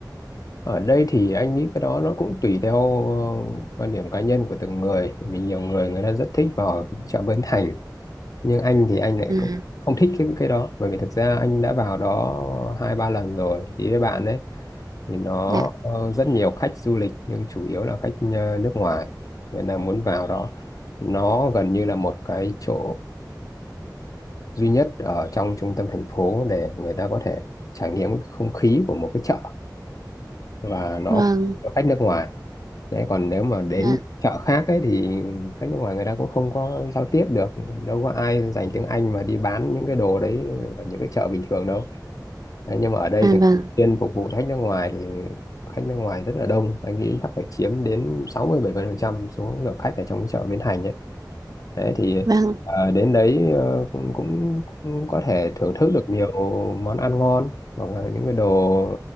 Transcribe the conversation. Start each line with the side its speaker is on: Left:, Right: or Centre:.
Left: ở đây thì anh nghĩ cái đó nó cũng tùy theo ờ, quan điểm cá nhân của từng người Bởi vì nhiều người người ta rất thích vào chợ Bến Thành nhưng anh thì anh lại
Right: Ừ.
Left: cũng không thích cái cái đó bởi vì thực ra anh đã vào đó hai ba lần rồi đi với bạn ấy thì nó
Right: Dạ.
Left: ờ, rất nhiều khách du lịch nhưng chủ yếu là khách ờ, nước ngoài người ta muốn vào đó nó gần như là một cái chỗ duy nhất ở trong trung tâm thành phố để người ta có thể trải nghiệm cái không khí của một cái chợ và nó
Right: Vâng.
Left: phục vụ cho khách nước ngoài đấy còn nếu mà đến
Right: Dạ.
Left: chợ khác ấy thì khách nước ngoài người ta cũng không có giao tiếp được đâu có ai dành tiếng Anh mà đi bán những cái đồ đấy ở những cái chợ bình thường đâu đấy, nhưng mà ở đây
Right: À
Left: thì
Right: vâng.
Left: chuyên phục vụ khách nước ngoài thì khách nước ngoài rất là đông anh nghĩ chắc phải chiếm đến 60 70 phần trăm số lượng khách ở trong cái chợ Bến Thành ấy đấy thì
Right: Vâng.
Left: ờ, đến đấy ờ, cũng, cũng cũng có thể thưởng thức được nhiều món ăn ngon hoặc là những cái đồ